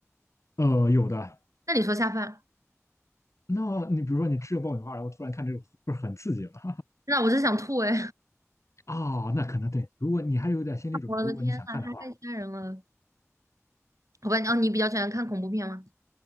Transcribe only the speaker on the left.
呃，有的。
那你比如说你吃个爆米花，然后突然看这个，不是很刺激吗？
哦，那可能对。如果你还有点心理准备，
如果你想看的话，